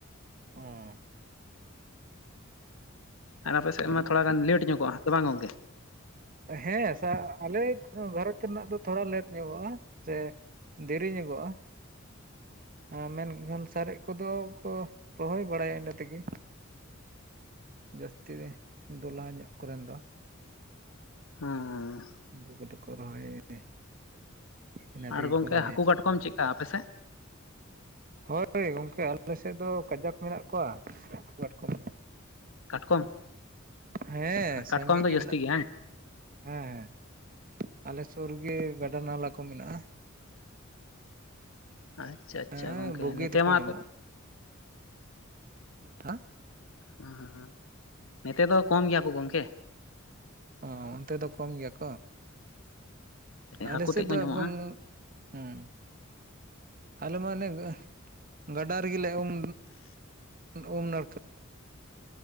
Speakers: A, on the right (about 45°); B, on the left (about 80°).
A: ᱚᱸ
B: ᱟᱨ ᱟᱯᱮ ᱥᱮᱫ
A: ᱦᱚᱸ
B: ᱢᱟ ᱾ᱛᱷᱚᱲᱟ ᱜᱟᱱ ᱞᱮᱴ ᱧᱚᱜ-ᱟ᱾ ᱦᱮᱸ ᱵᱟᱝ ᱜᱚᱝᱠᱮ
A: ᱦᱮᱸ ᱟᱞᱮ ᱜᱷᱟᱨᱚᱸᱡᱽ ᱨᱮᱱᱟᱜ ᱫᱚ᱾ ᱛᱷᱚᱲᱟ ᱞᱮᱴ ᱧᱚᱜᱚᱜ-ᱟ᱾ ᱥᱮ ᱫᱮᱨᱤ ᱧᱚᱜᱚᱜ-ᱟ᱾ ᱟᱨ ᱢᱮᱱᱠᱷᱟᱱ ᱥᱟᱨᱮᱡ ᱠᱚ-ᱫᱚ ᱠᱚ ᱨᱚᱦᱚᱭ ᱵᱟᱲᱟᱭᱟ ᱾ᱤᱱᱟᱹ ᱛᱮᱜᱮ, ᱡᱟᱹᱥᱛᱤ ᱫᱚᱞᱦᱟ ᱧᱚᱜ ᱠᱚᱨᱮᱱ ᱫᱚ
B: ᱦᱮᱸ᱾
A: ᱩᱱᱠᱩ ᱠᱚ-ᱫᱚ ᱠᱚ ᱨᱚᱦᱚᱭ ᱾ ᱤᱱᱟᱹ
B: ᱟᱨ
A: ᱛᱮᱜᱮ
B: ᱜᱚᱝᱠᱮ
A: ᱠᱚ ᱨᱚᱦᱚᱭ-ᱟ᱾
B: ᱦᱟᱹᱠᱩ ᱠᱟᱴ-ᱠᱚᱢ ᱪᱮᱫ ᱞᱮᱠᱟ ᱾ᱟᱯᱮᱥᱮᱫ?
A: ᱦᱳᱭ ᱜᱚᱝᱠᱮ ᱟᱞᱮ ᱥᱮᱫ ᱫᱚ, ᱠᱟᱡᱟᱠ ᱢᱮᱱᱟ-ᱜ ᱠᱚᱣᱟ ᱾ᱠᱟᱴᱠᱚᱢ
B: ᱠᱟᱴᱠᱚᱢ?
A: ᱦᱮᱸ᱾
B: ᱠᱟᱴᱠᱚᱢ
A: ᱥᱟᱸᱜᱮ
B: ᱫᱚ
A: ᱜᱮ,
B: ᱡᱟᱹᱥᱛᱤ
A: ᱢᱮᱱᱟᱜ-ᱟ
B: ᱵᱟᱝ?
A: ᱾ᱦᱮᱸ- ᱦᱮᱸ᱾ ᱟᱞᱮ ᱥᱩᱨᱜᱮ᱾ ᱜᱟᱰᱟ ᱱᱟᱞᱟ ᱠᱚ, ᱢᱮᱱᱟᱜ-ᱟ᱾
B: ᱟᱪᱪᱷᱟ ᱟᱪᱪᱷᱟ
A: ᱦᱮᱸ
B: ᱜᱚᱝᱠᱮ
A: ᱵᱩᱜᱤ
B: ᱱᱚᱛᱮ
A: ᱛᱮᱠᱚ
B: ᱢᱟ
A: ᱧᱟᱢᱚᱜᱼᱟ ᱦᱟᱸ
B: ᱦᱮᱸ ᱦᱮᱸ ᱱᱮᱛᱮ ᱫᱚ ᱠᱚᱢ ᱜᱮᱭᱟ ᱠᱚ ᱜᱚᱝᱠᱮ
A: ᱟ ᱚᱱᱛᱮ ᱫᱚ ᱠᱚᱢ ᱜᱮᱭᱟ ᱠᱚ ᱟᱞᱮ
B: ᱦᱟᱹᱠᱩ
A: ᱥᱮᱫ
B: ᱛᱮᱫ ᱠᱚ
A: ᱫᱚ
B: ᱧᱟᱢᱚᱜᱼᱟ
A: ᱮᱫᱚᱢ ᱩᱸ ᱟᱞᱮ ᱢᱟ ᱚᱱᱮ ᱜᱟᱹ ᱜᱟᱰᱟ ᱨᱮᱜᱮᱞᱮ ᱩᱢ ᱩᱢ ᱱᱟᱲᱠᱟ